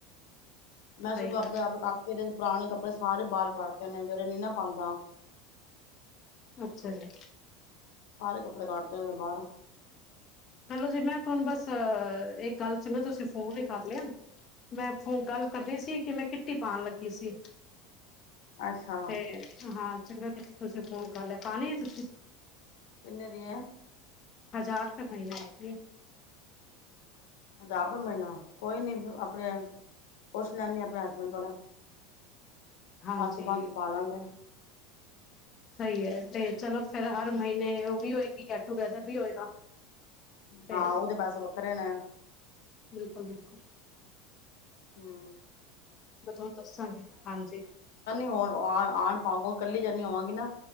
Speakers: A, on the left (about 25°); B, on the left (about 85°).
A: ਸਹੀ
B: ਮੈਂ ਸਗੋਂ ਆਪ
A: ਗੱਲ
B: ਏਨਾ ਦੇ ਪੁਰਾਣੇ ਕੱਪੜੇ ਸਾਰੇ ਬਾਹਰ ਕੱਢਤੇ ਨੇ ਜਿਹੜੇ ਨੀ ਨਾ ਪਾਉਂਦਾ।
A: ਅੱਛਾ, ਜੀ।
B: ਸਾਰੇ ਕੱਪੜੇ ਕੱਢਤੇ ਨੇ ਮੈ ਬਾਹਰੋ।
A: ਚਲੋ ਜੀ ਮੈਂ ਤੁਹਾਨੂੰ ਬਸ ਇੱਕ ਗੱਲ ਸੀ ਤੁਸੀਂ ਫੋਨ ਹੀ ਕਰ ਲਿਆ। ਮੈਂ ਫੌ ਗੱਲ ਕਰਦੀ ਸੀ ਕਿ ਮੈਂ ਕਿੱਟੀ ਪਾਉਣ ਲੱਗੀ ਸੀ।
B: ਅੱਛਾ
A: ਤੇ ਹਾਂ ਚੰਗਾ ਕਿਤਾ ਤੁਸੀਂ ਫੋਨ ਕਰ ਲਿਆ ਪਾਣੀ ਆ ਤੁਸੀਂ?
B: ਕਿੰਨੇ ਦੀ ਆ?
A: ਹਜ਼ਾਰ ਰੁਪਏ, ਮਹੀਨਾ ਹੈਗੀ ਹੇ।
B: ਹਜ਼ਾਰ ਰੁਪਏ ਮਹੀਨਾ ਕੋਈ ਨੀ ਆਪਣੇ ਪੁੱਛ ਲੈਂਦੀ ਆਪਣੇ ਹਸਬੈਂਡ ਕੋਲ।
A: ਹਾਂਜੀ
B: ਪੰਜ ਸੋ, ਪੰਜ ਸੋ ਪਾ ਲਾਂਗੇ।
A: ਸਹੀ ਹੈ ਤੇ ਚਲੋ ਫੇਰ ਹਰ ਮਹੀਨੇ ਉਹ ਵੀ ਹੋਏਗੀ ਗੈਟ, ਟੂਗੇੈਦਰ ਵੀ ਹੋਏਗਾ। ਤੇ
B: ਹਾਂ ਉਹ ਦੇ ਪੈਸੇ ਵੱਖਰੇ ਨੇ।
A: ਬਿਲਕੁਲ -ਬਿਲਕੁਲ।
B: <unintelligible> ਨੀ
A: ਮੈਂ ਤੁਹਾਨੂੰ ਦੱਸਾਂਗੀ ਹਾਂਜੀ
B: ਹੁਣ ਹਾਰ ਪਾਓ ਕੱਲੀ ਜਾਨੀ ਹੋਵਾਂਗੀ ਨਾ।